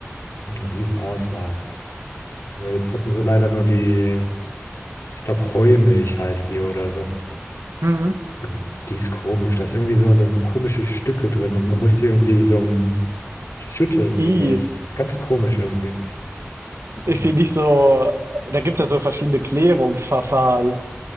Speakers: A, on the left; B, on the right.
A: eine Riesenauswahl. Weil jetzt hatten sie leider nur die, ich glaube, Heumilch heißt die oder so.
B: Mhm.
A: Und die ist komisch. Da ist irgendwie so, da sind komische Stücke drin und man muss die irgendwie so m- schütteln,
B: I,
A: die Milch. Das ist ganz komisch irgendwie.
B: ist
A: Hm,
B: die nicht so, da gibt es ja so verschiedene Klärungsverfahren.